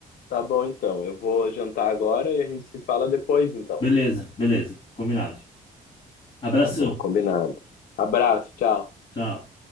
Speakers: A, on the left; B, on the left.
A: tá bom, então. Eu vou jantar agora e a gente se fala depois, então.
B: Beleza, beleza. Combinado. Abração.
A: Tá bom, combinado. Abraço, tchau.
B: Tchau.